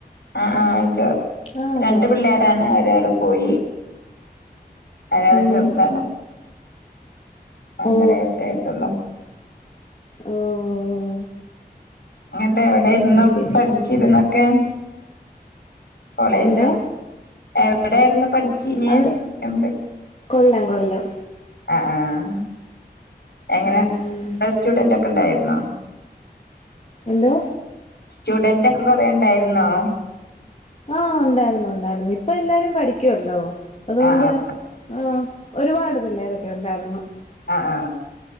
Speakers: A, on the left; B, on the left.
A: ആഹ് ആഹ് ചോ
B: ആഹ്
A: രണ്ട്
B: ചായ
A: പിള്ളേരാണ്
B: കുടിച്ചു
A: ഒരാളു പോയി ഒരാള്
B: ഉം
A: ചെറുതാണ്. ഒന്നര
B: ഓ
A: വയസെയിട്ടുള്ളൂ.
B: ഓഹ് ഓഹ് ഓഹ്
A: ഇങ്ങിട്ട് എവിടെ ഇരുന്നു
B: ശരി
A: പഠിച്ചിരുന്നൊക്കെ?
B: ഉം
A: കോളേജോ
B: എന്തോ
A: എവിടൊയിരുന്നു പഠി ച്ചിന്
B: അത്
A: എംടെക്ക്
B: കൊല്ലം കൊല്ലം
A: ആഹ് അഹ്. എങ്ങനെ
B: ഉം
A: സ്റ്റുഡന്റ് ഒക്കെ ഉണ്ടായിരുന്നോ?
B: എന്തോ?
A: സ്റ്റുഡന്റ് ഒക്കെ കൊറണ്ടായിരുന്നോ?
B: ആഹ് ഉണ്ടായിരുന്നു ഉണ്ടായിരുന്നു ഇപ്പൊ എല്ലാരും പഠിക്കുവല്ലോ അതുകൊണ്ട്
A: ആഹ് ആഹ്
B: ആ. ഒരുപാട് പിള്ളേരൊക്കെ ഉണ്ടായിരുന്നു.
A: ആ ആ.